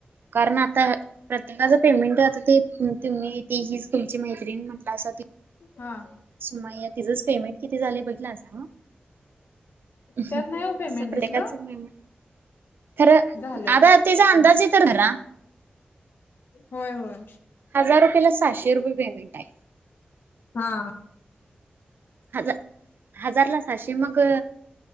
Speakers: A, on the right (about 75°); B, on the left (about 80°).
A: कारण आता प्रत्येकाच पेमेंट आता ते तुम्ही ते हीच तुमची मैत्रीिणी म्हटलं अस
B: हा
A: मा तिचंच पेमेंट किती झाले बघला स असं
B: त्यात नाही हो पेमेंट
A: प्रतकाचंळ
B: दिसलं
A: खर आता
B: झालंय
A: तिचा अंदाज
B: हा
A: य तररा
B: होय होय
A: हजार रुपयाला सहाशे रुपये पेमेंट आहे
B: हा
A: हजार हजार ला सहाशे मग